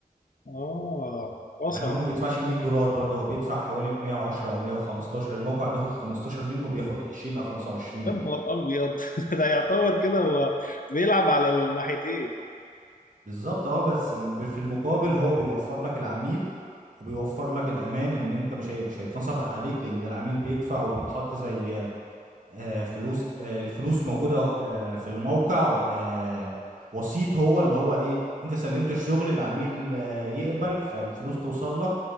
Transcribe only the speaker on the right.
يعني هو ما بيدفعش ال 100 دولار برضه هو بيدفع حوالي 110 او 115 الموقع بياخد 15 منه وبياخد 20 او 25 منك
بالظبط اه بس م- في المقابل هو بيوفر لك العميل وبيوفر لك الامان ان انت مش هي- مش هيتنصب عليك لان العميل بيدفع وبيتحط زي آه، فلوس آه، الفلوس موجودة آه، في الموقع آه، وسيط هو اللي هو ايه انت سلمت الشغل العميل آه، يقبل فالفلوس توصل لك